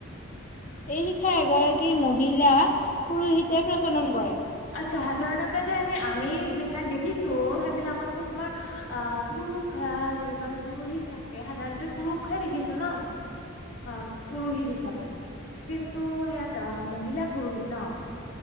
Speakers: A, on the left (about 35°); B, on the left (about 65°).
A: এই শিক্ষাই এগৰাকী মহিলা পুৰুষিতে প্ৰচলন কৰে
B: চাহ জক মানে আমি যিবিলাক দেখিছো সেইবিলাকতো তোমাৰ অ পুৰুষ যিজন পুৰুহিত থাকে সাধাৰণতে পুৰুষে দেখিছো ন অ পুৰোহিত হিচাপে কিন্তু সেয়াত মহিলা পুৰোহিত ন